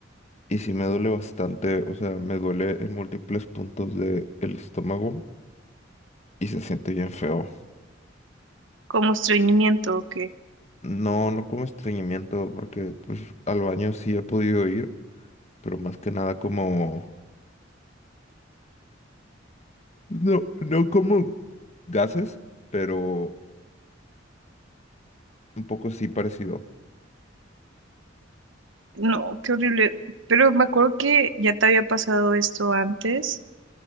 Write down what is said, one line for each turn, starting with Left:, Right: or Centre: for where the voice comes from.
Left: Y sí me duele bastante, o sea, me duele en múltiples puntos del estómago y se siente bien feo.
Right: ¿Como estreñimiento o qué?
Left: No, no como estreñimiento, porque pues al baño sí he podido ir, pero más que nada como... No, no como gases, pero un poco sí parecido.
Right: No, qué horrible. Pero me acuerdo que ya te había pasado esto antes